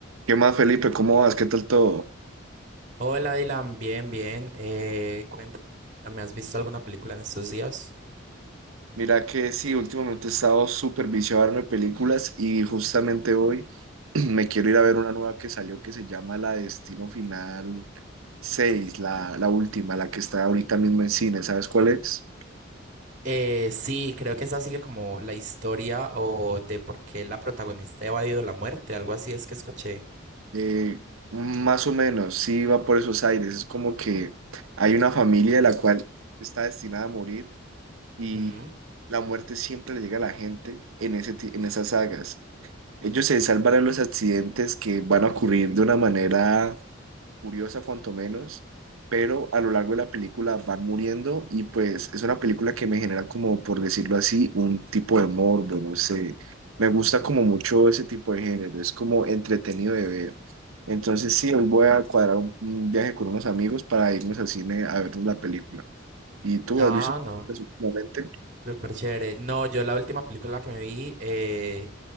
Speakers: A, on the right; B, on the right.
A: ¿Qué más, Felipe? ¿Cómo vas? ¿Qué tal todo?
B: Hola Dylan, bien, bien. Eh, cuéntame, ¿has visto alguna película en estos días?
A: Mira que sí, últimamente he estado súper viciado a verme películas y justamente hoy <clears throat> me quiero ir a ver una nueva que salió que se llama La Destino Final seis la, la última, la que está ahorita mismo en cine. ¿Sabes cuál es?
B: Eh, sí, creo que esa sigue como la historia o de por qué la protagonista ha evadido la muerte, algo así es que escuché.
A: Eh, más o menos, sí va por esos aires. Es como que hay una familia de la cual está destinada a morir y
B: Ujú.
A: la muerte siempre le llega a la gente en ese, ti- en esas sagas. Ellos se salvan de los accidentes que van a ocurrir de una manera curiosa, cuanto menos, pero a lo largo de la película van muriendo y pues es una película que me genera como, por decirlo así, un tipo de morbo, no sé. Me gusta como mucho ese tipo de género, es como entretenido de ver. Entonces sí, hoy voy a cuadrar un, un viaje con unos amigos para irnos al cine a vernos la película. ¿Y tú
B: Ah,
A: has visto
B: no,
A: películas últimamente?
B: súper chévere. No, yo la última película que me vi eh,